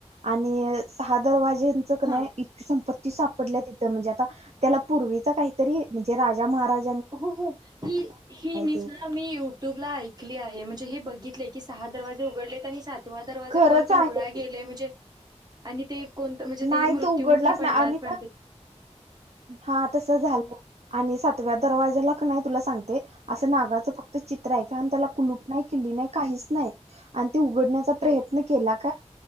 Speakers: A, on the right; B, on the right.
A: आणि सहा दरवाजे तेंच कने
B: हा
A: इतकी संपत्त ती सापडल्या तिथं म्हणजे आता त्याला पूर्वीचा काहीतरी म्हणजे राजा महाराज
B: हो हो ही ही न्यूज
A: ते
B: ना मी युट्यूबला ऐकली आहे. हे बघितय की सहा दरवाजे उघडलेत आणि सातवा दरवाजा
A: खरंच
B: कोणतर उघडायला
A: आहे ते
B: गेलय म्हणजे आणि ते कोणतर म्हणजे
A: नाही
B: ते मृत्युमुखी
A: तो उघडलाच
B: पडल्या
A: नाही आणि
B: पण ते
A: हा तस झालंय आणि सातव्या दरवाज्याला क नाय तुला सांगते असं नागाच फक्त चित्र हाय काय त्याला कुलूप नाही किल्ली नाही काहीच नाही आण ते उघडण्याचा प्रयत्न
B: हो
A: केला काय